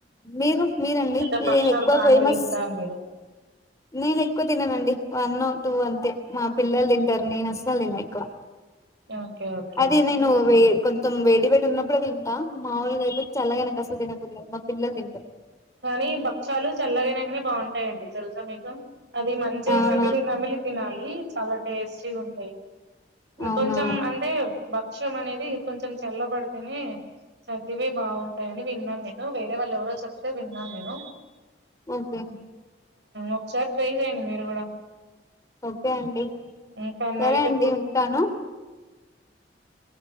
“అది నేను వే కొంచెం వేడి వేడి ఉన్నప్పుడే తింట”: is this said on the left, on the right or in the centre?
Left